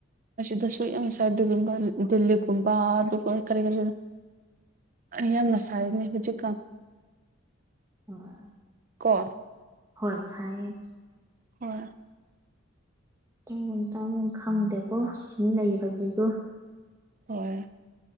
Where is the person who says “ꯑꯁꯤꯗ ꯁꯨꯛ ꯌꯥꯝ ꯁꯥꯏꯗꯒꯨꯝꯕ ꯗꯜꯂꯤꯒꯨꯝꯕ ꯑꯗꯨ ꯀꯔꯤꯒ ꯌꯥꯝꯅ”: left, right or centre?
Right